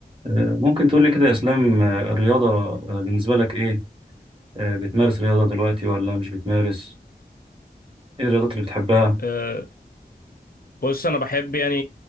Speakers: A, on the right; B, on the left.
A: آه، ممكن تقول لي كده يا اسلام آه، الرياضة آه، بالنسبة لك ايه؟ آه، بتمارس رياضة دلوقتي ولا مش بتمارس؟ ايه الرياضات اللي بتحبها؟
B: أه، بص انا بحب يعني